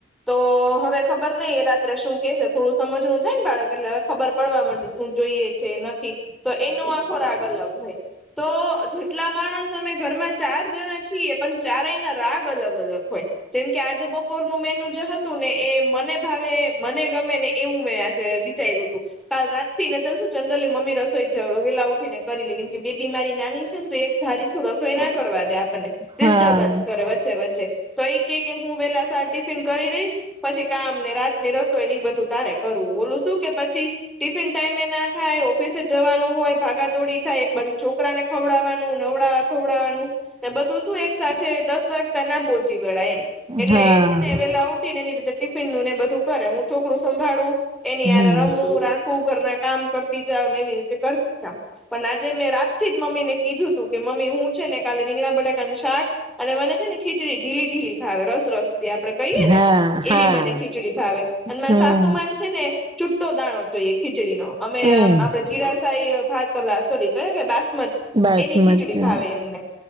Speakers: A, in the centre; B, on the right.
A: તો હવે ખબર નઈ એ રાત્રે શું કેશે થોડું સમજણું થાય ને બાળક એટલે. ખબર પડવા માંડે શું જોઈએ છે નથી તો એનો આ ખોરાક અલગ લખાય. તો જેટલા માણસ અમે ઘરમાં ચાર જણા છીએ પણ ચારેય ના રાગ અલગ અલગ હોય. જેમ કે આજે બપોરનું મેનુ જે હતું ને એ મને ભાવે મને ગમે ને એવું મે આજે વી વિચાર્યું હતું કાલ રાત તી ના તા શું જનરલી મમ્મ રસોઈ વેલા ઉઠીને કરી લઈ કેમ કે બે બી મારી નાની છે ને તો એક ધારી શું રસોઈ ના કરવા દે આપણને ડિસ્ટર્બન્સ
B: હા
A: કરે વચ્ચે વચ્ચે. તો એઈ કે કે હું વેલા સર ટિફિન કરી રહીશ પછી કામ ને રાત ની રસો ની એ બધું તારે કરવું ઓલું શું કે પછી ટિફિન ટાઈમે ના થાય ઓફિસે જવાનું હોય ભાગાદોડી થાય એક બાજુ છોકરાને ખવડાવવાનું નવડાવ <unintelligible> ને બધું શું એક સાથે દસ વાગતા ના પહોંચી વડાય એમ એટલે
B: હા
A: એ છે ને
B: હા
A: વેલા ઉટ તી ને એની રીતે ટિફિન નુંને બધું કરે હું છોકરું સંભાળું એની
B: હમ
A: અરે રમવું રા ખું ઘરના કામ કરતી જાવ ને એવી રીતે કરતી જાવ. પણ આજે મેં રાતથી જ મમ્મી ને કીધું તું કે મમ્મી હું છે ને કાલે રીંગણા બટાકાનું શાક અને મને છે ને ખીચડી ઢીલી ઢીલી ભાવે રસ રસ તે આપડે કહીએ
B: હા
A: ને
B: હા
A: એવી મને ખીચડી ભાવે અને મને
B: હમ
A: સાસુ માન છે ને છુટ્ટો દાણો જોઈએ ખીચડી નો અમે
B: હમ
A: આમ આપડે જીરા કઈ આ ભાત <unintelligible> સોરી કયા કયા બાસમતી
B: બાસમતી
A: એની ખીચડી ભાવે એમને